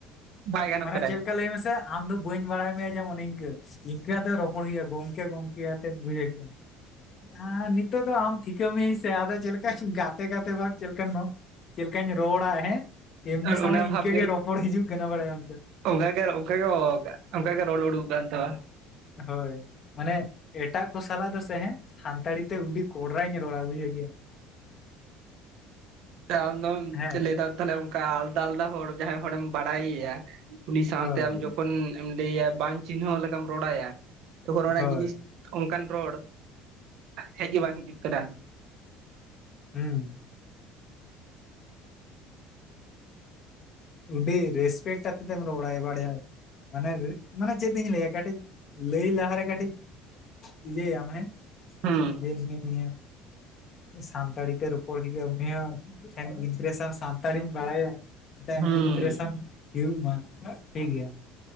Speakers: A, on the right; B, on the left.
A: ᱵᱟᱭ ᱜᱟᱱᱚᱜ
B: ᱢᱟᱱᱮ
A: ᱠᱟᱱᱟᱭ
B: ᱪᱮᱫ ᱞᱮᱠᱟ ᱞᱟᱹᱭ ᱢᱮᱥᱮ ᱟᱢ ᱫᱚ ᱵᱟᱹᱧ ᱵᱟᱲᱟᱭ ᱢᱮᱭᱟ ᱡᱮᱢᱚᱱ ᱤᱱᱠᱟᱹ ᱤᱱᱠᱟᱹᱛᱮ ᱨᱚᱯᱚᱲ ᱦᱩᱭᱩᱜᱼᱟ ᱜᱚᱝᱠᱮ ᱜᱚᱝᱠᱮ ᱟᱛᱮᱫ ᱵᱩᱡᱟᱹᱣ ᱠᱮᱭᱟᱢ ᱟᱨ ᱱᱤᱛᱚᱜ ᱫᱚ ᱟᱢ ᱴᱷᱤᱠᱟᱹ ᱢᱤᱭᱟᱹᱧ ᱥᱮ ᱟᱫᱚ ᱪᱮᱫ ᱞᱮᱠᱟ ᱪᱚ ᱜᱟᱛᱮ ᱜᱟᱛᱮ ᱵᱷᱟ ᱪᱮᱞᱮᱠᱟ ᱪᱮᱫ ᱞᱮᱠᱟᱹᱧ ᱨᱚᱲᱟ ᱦᱮᱸ ᱮᱢᱱᱤ
A: ᱟᱨ
B: ᱥᱚᱢᱚᱭ
A: ᱚᱱᱟ
B: ᱤᱱᱠᱟᱹ
A: ᱵᱷᱟᱵ
B: ᱜᱮ ᱨᱚᱯᱚᱲ ᱦᱤᱡᱩᱜ ᱠᱟᱱᱟ ᱵᱟᱲᱟᱭᱟᱢ ᱥᱮ
A: ᱚᱱᱠᱟᱜᱮ ᱜᱮ ᱚᱱᱠᱟᱜ ᱚᱱᱠᱟᱜᱮ ᱨᱚᱲ ᱩᱰᱩᱠ ᱠᱟᱱ ᱛᱟᱢᱟ
B: ᱦᱳᱭ ᱢᱟᱱᱮ ᱮᱴᱟᱜ ᱠᱚ ᱥᱟᱞᱟᱜ ᱫᱚᱥᱮ ᱦᱮᱸ ᱥᱟᱱᱛᱟᱲᱤ ᱛᱮ ᱟᱹᱰᱤ ᱠᱚᱰᱨᱟᱧ ᱨᱚᱲᱟ ᱵᱩᱡᱷᱟᱹᱣ ᱠᱮᱜᱟᱢ <unintelligible>
A: ᱟᱢᱫᱚᱢ
B: ᱦᱮᱸ
A: ᱞᱟᱹᱭ ᱫᱟᱢ ᱛᱟᱦᱮ ᱚᱱᱠᱟ ᱟᱞᱟᱫᱟ ᱟᱞᱟᱫᱟ ᱦᱚᱲ ᱡᱟᱦᱟᱸᱭ ᱦᱚᱲᱮᱢ ᱵᱟᱲᱟᱭᱮᱭᱟ ᱩᱱᱤ ᱥᱟᱶᱛᱮ
B: ᱦᱳᱭ
A: ᱟᱢ ᱡᱚᱠᱷᱚᱱ ᱮᱢ ᱞᱟᱹᱭᱟ ᱵᱟᱝ ᱪᱤᱱᱦᱟᱹᱣ ᱞᱮᱠᱟᱢ ᱨᱚᱲᱟᱭᱟ ᱛᱚᱠᱷᱚᱱ ᱚᱱᱟ
B: ᱦᱳᱭ
A: ᱡᱤᱱᱤᱥ ᱚᱱᱠᱟᱱ ᱨᱚᱲ ᱦᱮᱡ ᱜᱮ ᱵᱟᱝ ᱦᱤᱡᱩᱜ ᱠᱟᱱᱟ
B: ᱦᱩᱸ ᱟᱹᱰᱤ ᱨᱮᱥᱯᱮᱠᱴᱟᱛᱮᱫ ᱮᱢ ᱨᱚᱲ ᱟᱭᱟ ᱵᱟᱲᱭᱟ ᱢᱟᱱᱮ ᱢᱟᱱᱮ ᱪᱮᱫ ᱤᱧ ᱞᱟᱹᱭᱟ ᱠᱟᱹᱴᱤᱡ ᱞᱟᱹᱭ ᱞᱟᱦᱟᱨᱮ ᱠᱟᱹᱴᱤᱡ ᱡᱤᱭᱮ ᱟᱢ ᱦᱮᱸ
A: ᱦᱩᱸ
B: ᱤᱭᱮ ᱱᱤᱭᱟᱹ ᱥᱟᱱᱛᱟᱲᱤ ᱛᱮ ᱨᱚᱯᱚᱲ ᱦᱩᱭᱩᱜᱼᱟ ᱩᱱᱤ ᱦᱚᱸ ᱴᱷᱮᱱ ᱜᱤᱫᱽᱨᱟᱹ ᱥᱟᱣᱸ ᱥᱟᱱᱛᱟᱲᱤᱧ ᱵᱟᱲᱟᱭᱟ ᱢᱤᱫᱴᱟᱝ
A: ᱦᱩᱸ
B: ᱤᱢᱯᱨᱮᱥᱚᱱ ᱦᱩᱭᱩᱜ ᱢᱟ ᱴᱷᱤᱠ ᱜᱮᱭᱟ